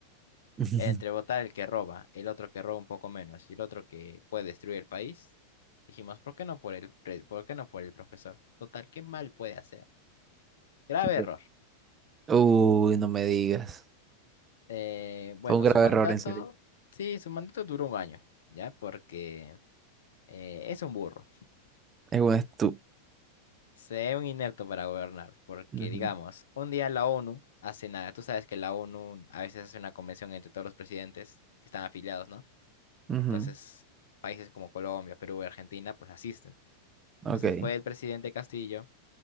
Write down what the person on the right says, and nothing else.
<laughs>
Entiendo.
Uy, no me digas.
Fue un grave
error, en serio.
Es un estu...
Ujú,
ujú,
Ok.